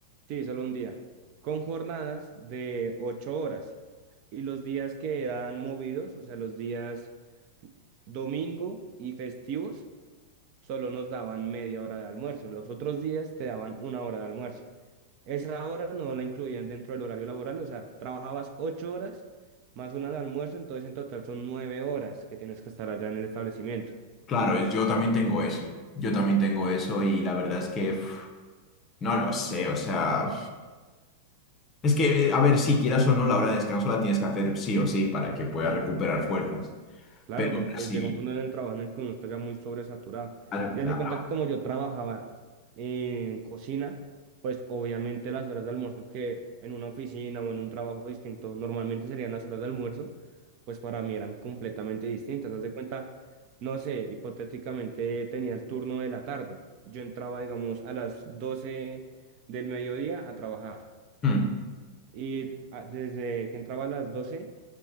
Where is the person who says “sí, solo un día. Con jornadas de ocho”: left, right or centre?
Right